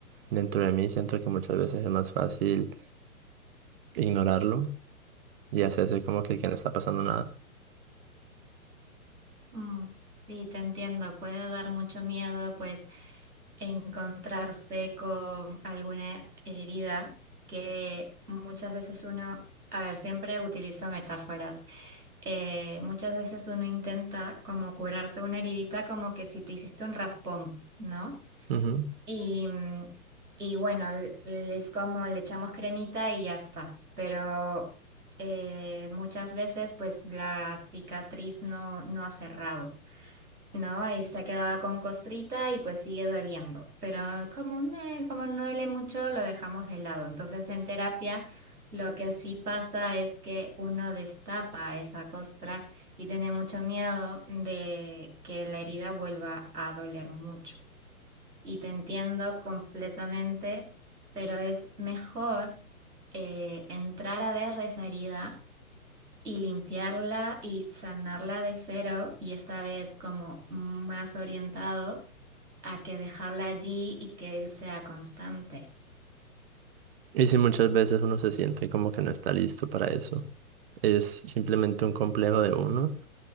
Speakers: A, on the right (about 40°); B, on the right (about 85°).
A: dentro de mí. Siento que muchas veces es más fácil ignorarlo y hacerse como que, que no está pasando nada.
B: Mm, sí, te entiendo. Puede dar mucho miedo, pues, encontrarse con alguna herida que muchas veces uno, a ver, siempre utilizo metáforas. eh, muchas veces uno intenta como curarse una heridita como que si te hiciste un raspón, ¿no?
A: Ujú.
B: Y, mm, y bueno, l- l- es como le echamos cremita y ya está, pero eh, muchas veces pues la cicatriz no, no ha cerrado. No, y se ha quedado con costrita y pues sigue doliendo. Pero como, eh, como no duele mucho, lo dejamos de lado. Entonces, en terapia, lo que sí pasa es que uno destapa esa costra y tiene mucho miedo de que la herida vuelva a doler mucho. Y te entiendo completamente, pero es mejor eh, entrar a ver esa herida y limpiarla y sanarla de cero y esta vez como más orientado a que dejarla allí y que sea constante.
A: Y si muchas veces uno se siente como que no está listo para eso, es simplemente un complejo de uno